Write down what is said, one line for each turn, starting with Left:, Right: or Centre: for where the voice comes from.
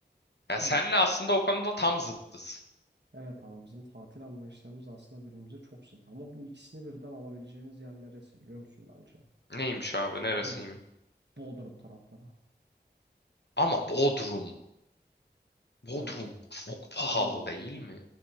Left: Ya
Right: Hmm.
Left: senle aslında o konuda tam zıttız.
Right: Evet abi bizim tatil anlayışlarımız aslında birbirimize çok zıt ama bu ikisini birden alabileceğimiz yer neresi biliyor musun bence?
Left: Neymiş abi, neresiymiş?
Right: Abi Bodrum tarafları.
Left: Ama Bodrum. Bodrum
Right: Evet
Left: çok pahalı
Right: Bodrum.
Left: değil mi?